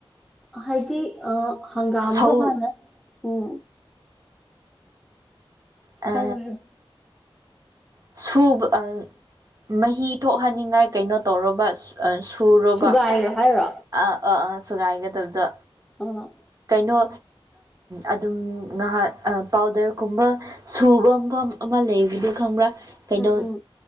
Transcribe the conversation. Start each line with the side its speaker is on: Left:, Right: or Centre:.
Centre: ꯍꯥꯏꯗꯤ ꯑ ꯍꯪꯒꯥꯝꯗꯣ
Right: ꯁꯧ
Centre: ꯍꯥꯟꯅ ꯎꯝ
Right: ꯑ
Centre: ꯍꯥꯏꯔꯣ ꯍꯥꯏꯔꯣ
Right: ꯁꯨꯕ ꯑꯪ ꯃꯍꯤ ꯊꯣꯛꯍꯟꯅꯤꯡꯉꯥꯏ ꯀꯩꯅꯣ ꯇꯧꯔꯕ ꯁꯣꯔꯕ
Centre: ꯁꯨꯒꯥꯏꯌꯣ ꯍꯥꯏꯔꯣ
Right: ꯑꯥ ꯑꯥ ꯑꯥ ꯁꯨꯒꯥꯏꯒꯗꯕꯗꯣ
Centre: ꯑ
Right: ꯀꯩꯅꯣ ꯑꯗꯨꯝ ꯉꯥꯏꯍꯥꯛ ꯄꯥꯎꯗꯔꯒꯨꯝꯕ ꯁꯨꯕ ꯃꯐꯝ ꯑꯃ ꯂꯩꯕꯗꯨꯣ ꯈꯪꯕ꯭ꯔꯥ ꯀꯩꯅꯣ
Centre: ꯎꯝ ꯎꯝ